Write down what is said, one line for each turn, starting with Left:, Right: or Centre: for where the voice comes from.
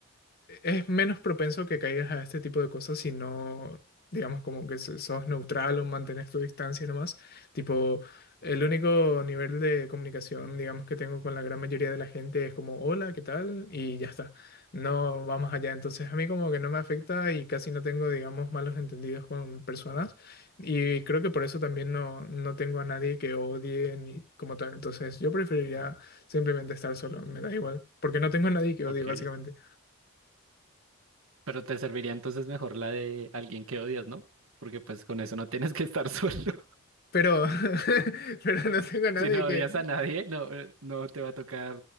Left: es menos propenso que caigas a este tipo de cosas si no, digamos, como que so- sos neutral o mantienes tu distancia nomás. Tipo, el único nivel de comunicación, digamos, que tengo con la gran mayoría de la gente es como, hola, ¿qué tal? Y ya está. No vamos allá. Entonces, a mí como que no me afecta y casi no tengo, digamos, malos entendidos con personas. Y creo que por eso también no, no tengo a nadie que odie ni como tal. Entonces, yo preferiría simplemente estar solo. Me da igual. Porque no tengo a nadie que
Right: ok.
Left: odie, básicamente.
Right: Pero te serviría entonces mejor la de alguien que odias, ¿no? Porque pues con eso no tienes que estar <laughs> solo.
Left: Pero, <laughs> pero no tengo a nadie
Right: Si no
Left: que,
Right: odias a nadie, no, eh, no te va a tocar,